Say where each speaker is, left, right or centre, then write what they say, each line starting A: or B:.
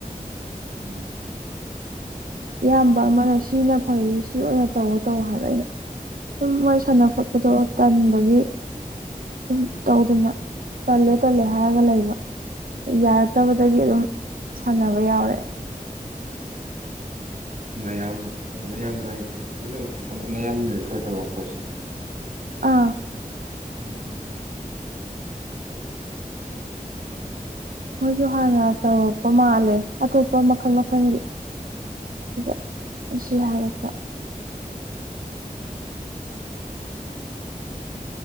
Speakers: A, on the right; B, on the right.
A: ꯎꯝ
B: ꯏꯌꯥꯝꯕ ꯑꯃꯅ ꯁꯤꯅ ꯐꯩ ꯁꯤ ꯑꯣꯏꯅ ꯇꯧꯋ‌ꯣ ꯇꯧ ꯍꯥꯏꯕ ꯑꯩꯅ ꯗꯨꯝ ꯋꯥꯔꯤ ꯁꯥꯟꯅ ꯈꯣꯠꯄꯗꯣ ꯇꯟꯕꯒꯤ ꯁꯨꯝ ꯇꯧꯗꯅ ꯇꯜꯂꯦ ꯇꯜꯂꯦ ꯍꯥꯏꯔꯒ ꯂꯩꯕ ꯌꯥꯔꯛꯇꯕꯗꯒꯤ ꯑꯗꯨꯝ ꯁꯥꯟꯅꯕ ꯌꯥꯎꯔꯦ
A: ꯃꯌꯥꯝ ꯑꯌꯥꯝꯕ ꯍꯥꯏꯁꯤꯦꯝ ꯑꯌꯥꯝꯕ ꯔꯤꯐꯔ ꯇꯧꯔꯛꯄꯁꯦ
B: ꯑꯥ
A: <unintelligible>
B: ꯃꯣꯏꯁꯨ ꯍꯥꯟꯅ ꯇꯧꯔꯛꯄ ꯃꯥꯜꯂꯦ ꯑꯇꯣꯞꯄ ꯃꯈꯜ ꯃꯈꯜꯒꯤ ꯁꯤꯗ ꯑꯁꯤ ꯍꯥꯏꯔꯛꯄ